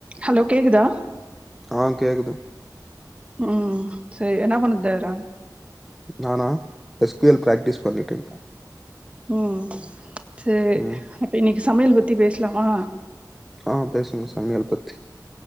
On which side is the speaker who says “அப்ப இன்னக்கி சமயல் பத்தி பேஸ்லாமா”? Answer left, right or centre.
Right